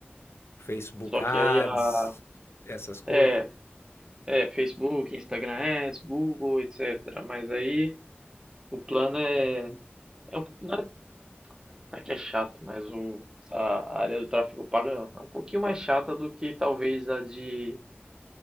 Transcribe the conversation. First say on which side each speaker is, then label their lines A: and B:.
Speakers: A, on the left; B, on the right.
A: Facebook
B: Só
A: Ads,
B: que aí a,
A: essas coisas.
B: é, é Facebook, Instagram Ads, Google, etc. Mas aí o plano é, é, um- não é não é que é chato, mas o, essa área do tráfego pago é um pouquinho mais chata do que talvez a de